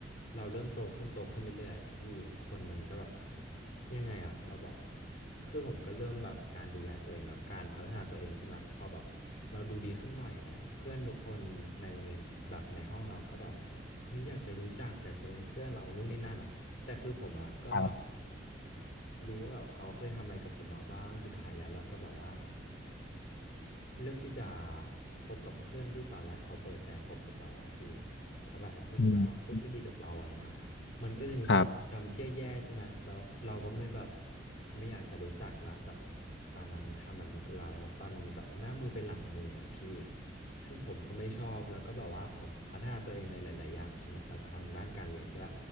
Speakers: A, on the left; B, on the left.
A: เราเริ่มโตขึ้นโตขึ้นเรื่อยๆอะพี่คนมันก็แบบยังไงอ่ะเราบอกคือผมก็เริ่มแบบการดูแลตัวเองแล้วการพัฒนาตัวเองใช่ไหมพอแบบเราดูดีขึ้นหน่อยอะไรเงี้ยเพื่อนทุกคนในโรงเรียนแบบในห้องเราก็แบบเฮ้ยอยากจะรู้จักอยากจะเป็นเพื่อนเรานู่นนี่นั่นอ่ะ แต่คือผมอ่ะก็
B: ครับ
A: รู้ว่าแบบเขาเคยทำอะไรกับผมมาบ้างสุดท้ายแล้วเราก็แบบว่าเลือกที่จะคบกับเพื่อนที่ตอนแรกเขาเปิดใจคบกับเราอ่ะพี่เพราะแบบไอ้พวกที่แบบว่าพูดไม่ดีกับเราอะไรเงี้ย
B: อืม
A: มันก็จะมีความทรงจำที่แย่ๆใช่ไหมแล้วเราก็ไม่แบบ
B: ครับ
A: ไม่อยากจะรู้จักละแบบตอนนั้นทำแบบนี้กับเราแล้วตอนนี้แบบหน้ามือเป็นหลังมือแล้วพี่ ซึ่งผมก็ไม่ชอบแล้วก็แบบว่าผมพัฒนาตัวเองในหลายๆอย่างใช่ไหมเราทางด้านการเรียนด้วย